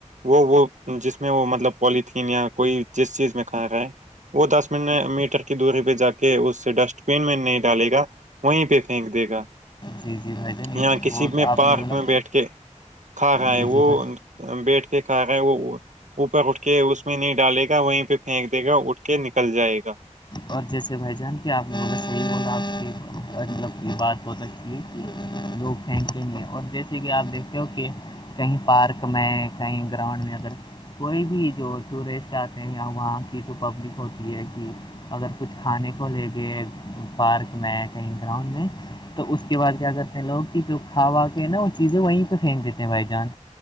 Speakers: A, on the right; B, on the left.
A: وہ وہ جس میں وہ مطلب پولیتھیین یا کوئی جس چیز میں کھایا گائے وہ دس م میٹر کی دوری پہ جا کے اس ڈسٹ بین میں نہیں ڈالے گا وہیں پہ پھینک دے گا
B: جی جی بھائی جان یہ
A: یہاں کسی
B: بہت
A: میں
B: آپ
A: پارک
B: نے مطلب
A: میں بیٹھ کے کھا گاائے
B: جی جی
A: وہ
B: بھائی
A: بیٹھ کے کھا گائے وہ اوپر اٹھ کے اس میں نہیں ڈالے گا وہیں پہ پھینک دے گا اٹھ کے نکل جائے گا
B: اور جیسے بھائی جان کہ آپ نے ب صحیح ب آپ کی مطلب بات بت کہ لوگ پھینکیں گے اور جیسے کہ آپ دیکھتے ہو کہ کہیں پارک میں کہیں گراؤنڈ میں اگر کوئی بھی جو ٹورسٹ آتے ہیں یا وہاں کی تو پبلک ہوتی ہے کہ اگر کچھ کھانے کو لے کے پارک میں کہیں گراؤنڈ میں تو اس کے بعد کیا کرتے ہیں لوگ کہ جو کھاوا کے نا وہ چیزیں وہیں پہ پھینک دیتے ہیں بھائی جان